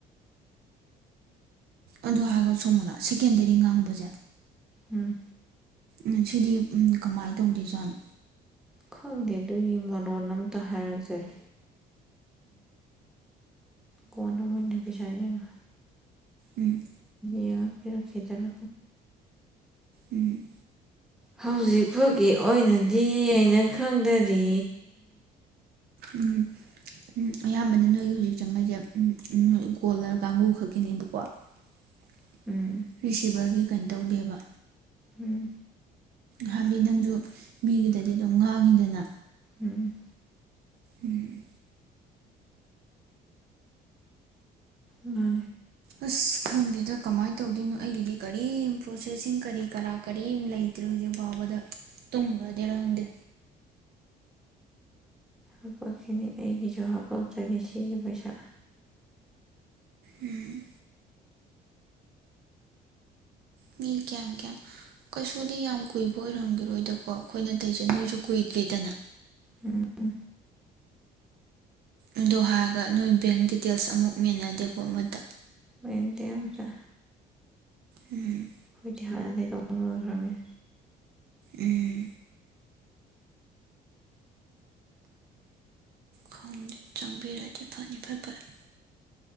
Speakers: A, on the right (about 65°); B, in the centre.
A: ꯑꯗꯨ ꯍꯥꯏꯔꯒ ꯁꯣꯝꯃꯣꯂ ꯁꯦꯀꯦꯟꯗꯔꯤ ꯉꯥꯡꯕꯁꯦ
B: ꯎꯝ
A: ꯎꯝ ꯁꯤꯗꯤ ꯀꯃꯥꯏꯅ ꯇꯧꯗꯦꯖꯥꯠꯅꯣ
B: ꯈꯪꯗꯦ ꯑꯗꯨꯒꯤ ꯃꯔꯣꯟ ꯑꯝꯇ ꯍꯥꯏꯔꯖꯔꯤ ꯀꯅ ꯃꯅ ꯄꯖꯉ
A: ꯎꯝ
B: ꯌꯦ ꯐꯔ ꯈꯈꯤꯗꯔ
A: ꯎꯝ
B: ꯍꯧꯖꯤꯛ ꯐꯥꯎꯒꯤ ꯑꯣꯏꯅꯗꯤ ꯑꯩꯅꯪ ꯈꯪꯗꯗꯤ
A: ꯎꯝ ꯎꯝ ꯑꯌꯥꯝꯕꯅ ꯅꯣꯏꯒꯤ ꯍꯧꯖꯤꯛ ꯆꯪꯉꯩꯁꯦ ꯒꯣꯜꯂꯔ ꯀꯥꯡꯒꯨ ꯈꯛꯀꯤꯅꯦꯕꯀꯣ ꯑ
B: ꯎꯝ
A: ꯐꯤꯚꯔꯒꯤ ꯀꯩꯅꯣ ꯇꯧꯗꯦꯕ
B: ꯎꯝ
A: ꯍꯥꯏꯕꯗꯤ ꯅꯪꯁꯨ ꯃꯤꯒꯤꯗꯗꯤ ꯑꯗꯨꯝ ꯉꯥꯡꯉꯤꯗꯅ
B: ꯎꯝ
A: ꯎꯝ
B: ꯑ
A: ꯑꯁ ꯈꯪꯗꯦꯗ ꯀꯃꯥꯏꯅ ꯇꯧꯗꯣꯏꯅꯣ ꯑꯩꯒꯤꯗꯤ ꯀꯔꯤꯝ ꯄ꯭ꯔꯣꯁꯦꯁꯁꯤꯡ ꯀꯔꯤ ꯀꯔꯥ ꯀꯔꯤꯝ ꯂꯩꯇ꯭ꯔꯦ ꯍꯧꯖꯤꯛ ꯐꯥꯎꯕꯗ ꯇꯨꯝꯈ꯭ꯔꯗꯤꯦꯔꯥ ꯈꯪꯗꯦ
B: ꯍꯥꯄꯛꯁꯤꯅꯤ ꯑꯩꯒꯤꯁꯨ ꯍꯥꯄꯆꯔꯤ ꯁꯤꯒꯤ ꯄꯩꯁꯥ
A: ꯎꯝ ꯃꯤ ꯀꯌꯥꯝ ꯀꯌꯥꯝ ꯀꯩꯁꯨꯗꯤ ꯌꯥꯝ ꯀꯨꯏꯕ ꯑꯣꯏꯔꯝꯒꯔꯣꯏꯗꯀꯣ ꯑꯩꯈꯣꯏꯅ ꯇꯩꯖ ꯅꯣꯏꯁꯨ ꯀꯨꯏꯗ꯭ꯔꯤꯗꯅ
B: ꯎꯝ ꯎꯝ
A: ꯑꯗꯣ ꯍꯥꯏꯔꯒ ꯅꯣꯏ ꯕꯦꯡ ꯗꯤꯇꯦꯜꯁ ꯑꯃꯨꯛ ꯃꯦꯟꯅꯗꯦꯀꯣ ꯑꯃꯗ
B: ꯃꯦꯟꯇꯗ
A: ꯎꯝ
B: ꯑꯩꯖꯤꯗꯤ ꯍꯥꯟꯅꯗꯒꯤ ꯇꯣꯡ ꯂꯣꯏꯈ꯭ꯔꯅꯤ
A: ꯎꯝ ꯈꯦ ꯆꯪꯕꯤꯔꯗꯤ ꯐꯅꯤ ꯐꯔ ꯐꯔ